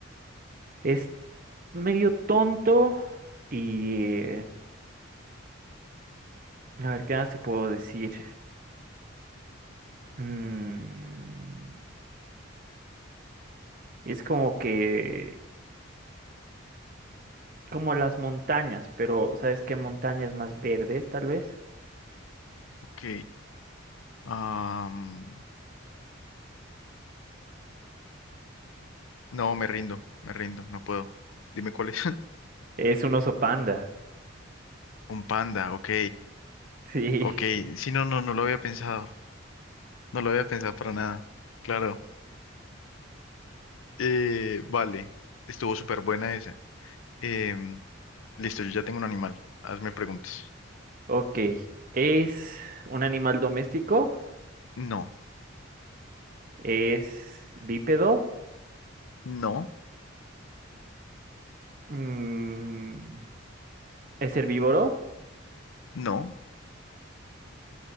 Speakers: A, on the right; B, on the left.
A: Es medio tonto y... eh, A ver, ¿qué más te puedo decir? Mm, es como que... Como las montañas, pero ¿sabes qué montañas más verdes, tal vez?
B: Ok, am, no, me rindo, me rindo, no puedo. Dime cuál es. <laughs>
A: Es un oso panda. <laughs>
B: Un panda, ok,
A: Sí.
B: ok. Sí, no, no, no lo había pensado, no lo había pensado para nada. Claro. Eh, vale, estuvo súper buena esa. Em, listo, yo ya tengo un animal. Hazme preguntas.
A: Ok. Es un animal doméstico.
B: No,
A: Es bípedo.
B: no,
A: mm, es herbívoro.
B: no,